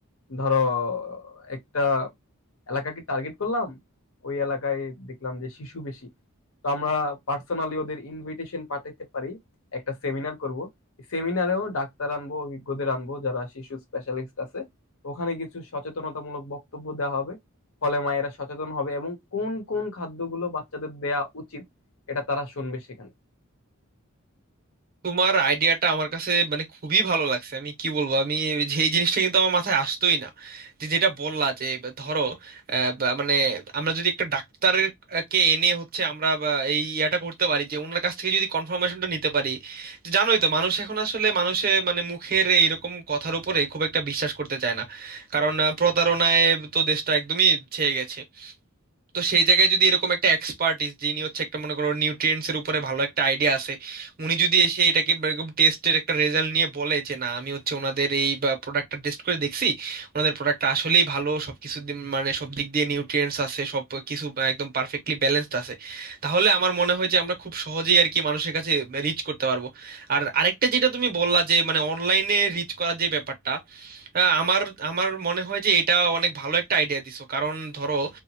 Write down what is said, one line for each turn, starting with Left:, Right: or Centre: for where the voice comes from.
Left: ধরো একটা এলাকাকে টার্গেট করলাম ওই এলাকায় দেখলাম যে শিশু বেশি তো আমরা পার্সোনালি ওদের ইনভিটেশন পাঠাইতে পারি একটা সেমিনার করব সেমিনারেও ডাক্তার আনবো অভিজ্ঞদের আনবো যারা শিশু স্পেশালিস্ট আছে ওখানে কিছু সচেতনতামূলক বক্তব্য দেওয়া হবে ফলে মায়েরা সচেতন হবে এবং কোন কোন খাদ্যগুলো বাচ্চাদের দেয়া উচিত এটা তারা শুনবে সেখানে
Right: তোমার আইডিয়াটা আমার কাছে মানে খুবই ভালো লাগছে আমি কি বলবো আমি যে এই জিনিসটা কিন্তু আমার মাথায় আসতোই না যে যেটা বললা যে ধরো আহ, বা মানে আমরা যদি একটা ডাক্তারের আহ, কে এনে হচ্ছে আমরা বা এই ইয়াটা করতে পারি যে ওনার কাছ থেকে যদি কনফার্মেশনটা নিতে পারি যে জানোই তো মানুষ এখন আসলে মানুষে মানে মুখের এইরকম কথার উপরে খুব একটা বিশ্বাস করতে চায় না কারণ আহ, প্রতারণায় তো দেশটা একদমই ছেয়ে গেছে তো সেই জায়গায় যদি এরকম একটা এক্সপার্টিস যিনি হচ্ছে একটা মনে করো নিউট্রিয়েন্টস এর উপরে ভালো একটা আইডিয়া আছে উনি যদি এসে এটাকে এরকম টেস্টের একটা রেজাল্ট নিয়ে বলে যে না আমি হচ্ছে ওনাদের এই প্রোডাক্টটা টেস্ট করে দেখছি ওনাদের প্রোডাক্টটা আসলেই ভালো সবকিছু দিক মানে সব দিক দিয়ে নিউট্রিয়েন্টস আছে সব কিছু একদম পারফেক্টলি ব্যালেন্সড আছে তাহলে আমার মনে হয় যে আমরা খুব সহজেই আর কি মানুষের কাছে রিচ করতে পারবো আর আরেকটা যেটা তুমি বললা যে মানে অনলাইনে রিচ করার যে ব্যাপারটা আহ, আমার আমার মনে হয় যে এটা অনেক ভালো একটা আইডিয়া দিছো কারণ ধরো